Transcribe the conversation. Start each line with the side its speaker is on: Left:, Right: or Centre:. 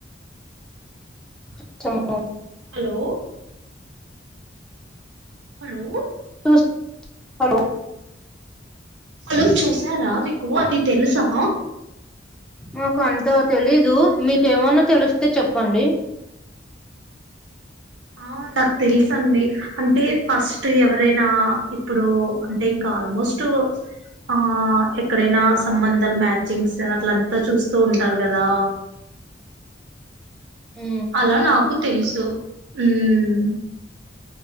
Centre: <unintelligible>
Right: హలో హలో
Centre: <unintelligible> హలో
Right: హలో చూస్ సరా మీకు అది తెలుసా
Centre: మాకు అంత తెలీదు మీకేమన్నా తెలిస్తే చెప్పండి
Right: ఆ నాకు తెలుస అండి అంటే ఫస్ట్ ఎవరైనా ఇప్పుడు అంటే ఇంకా ఆల్మోస్ట్ ఆ ఎక్కడైనా సంబంధాలు మ్యాచింగ్స్ అట్ల అంతా చూస్తూ ఉంటారు కదా
Centre: ఉమ్
Right: అలా నాకు తెలుసు ఉమ్